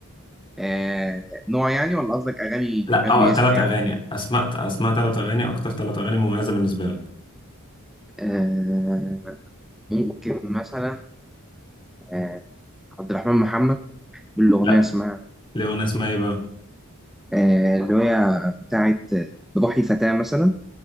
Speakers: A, in the centre; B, on the left (about 20°).
A: آه نوع يعني ولا قصدك اغاني
B: لا او
A: اغاني باسم
B: ثلاث
A: يعني
B: اغاني اسماء اسماء ثلاث اغاني اكتر ثلاث اغاني مميزه بالنسبه لك
A: آه ممكن مثلا آه عبد الرحمن محمد بالاغنيه
B: لا
A: اسمها
B: ليونا اسمها ايه بقى
A: آه اللي هي بتاعت بروحي فتاه مثلا